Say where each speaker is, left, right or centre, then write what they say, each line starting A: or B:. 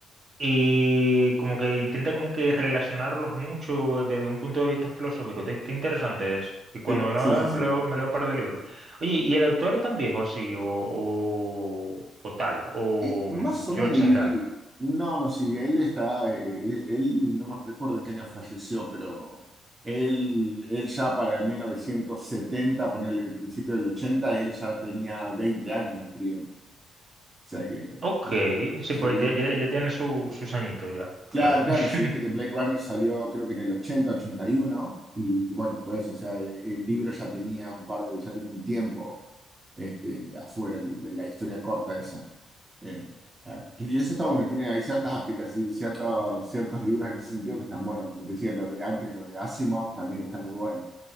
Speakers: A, on the right; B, on the right.
A: Y como que intenta como que relacionarlos mucho desde un punto de vista filosófico. Está está interesante eso. Y cuando
B: sí,
A: no
B: sí, sí, sí.
A: me leo, me leo un par de libros. Oye, ¿y el autor es tan viejo así? O, o, o tal, o
B: Y más
A: mm,
B: o
A: yo
B: menos,
A: exagerando.
B: y no, no, sí, él está, eh, eh, él, no me recuerdo en qué año falleció, pero él, él ya para 1970, ponerle el principio del 80, él ya tenía 20 años escribiendo. O sea que,
A: Ok,
B: eh, o
A: sí,
B: sea
A: pues
B: que es
A: ya,
B: un-
A: ya, ya tiene su, sus añitos ya,
B: claro,
A: claro.
B: claro,
A: <laughs>
B: si viste que Blade Runner salió creo que en el 80, 81, y uno, y bueno, fue eso, o sea, eh, el libro ya tenía un par de, ya tenía un tiempo este, afuera, el- la historia corta esa. Eh, ah, y eso está bueno, tiene, hay ciertas aplicaciones, ciertos, ciertos libros en ese sentido que están buenos, como te decía, los de antes, los de Asimov también están muy buenos.